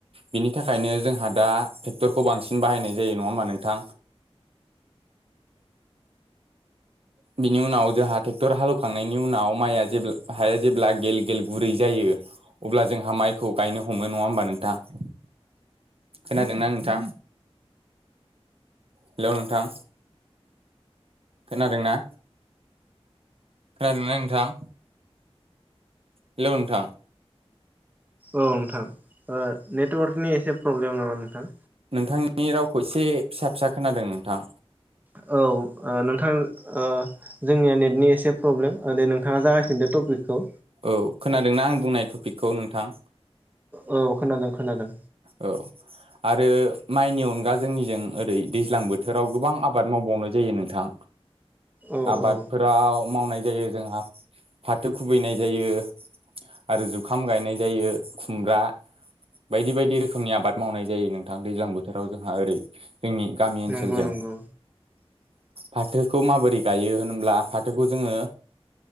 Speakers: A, on the right; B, on the right.
A: बिनि थाखायनो जोंहा दा टेक्टरखौ बांसिन बाहायनाय जायो नङा होमबा नोंथां। बिनि उनाव जोंहा टेक्थर हालौवखांनायनि उनाव माइया जेब्ला हाय जेब्ला गेल गेल गुरै जायो अब्ला जोंहा माइखौ गायनो हमो नङा होमबा नोंथां। खोनादों ना नोंथां? हेलौ नोंथां। खोनादों ना? खोनादों ना नोंथां? हेलौ नोंथां।
B: औ नोंथां ओ नेटवार्कनि एसे प्रब्लेम नामा नोंथां।
A: नोंथांनि रावखौ एसे फिसा फिसा खोनादों नोंथां।
B: औ ओ नोंथां ओ जोंनिया नेटनि एसे प्रब्लेम ओ दे नोंथाङा जागाय फिनदो टपिकखौ।
A: औ खोनादों ना आं बुंनाय टपिकखौ नोंथां
B: औ खोनादों। खोनादों
A: औ आ रो माइनि अनगा जोंनिजों ओरै दैज्लां बोथोराव गोबां आबाद मावबावनाय जायो नोंथां।
B: औ
A: आबादफोराव
B: औ
A: मावनाय जायो जोंहा फाथो खुबैनाय जायो। आरो जुखाम गायनाय जायो खुमब्रा बायदि बायदि रोखोमनि आबाद मावनाय जायो नोंथां दैज्लां बोथोराव जोंहा ओरै। जोंनि गामि ओनसोलजों
B: नंगौ नंगौ
A: फाथोखौ माबोरै गायो होनब्ला फाथोखौ जोङो